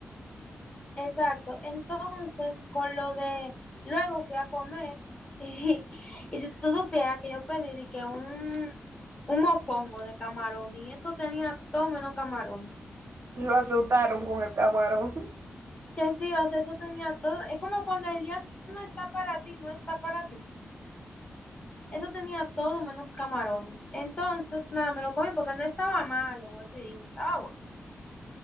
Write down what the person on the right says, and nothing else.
Lo asustaron con el camarón. <laughs>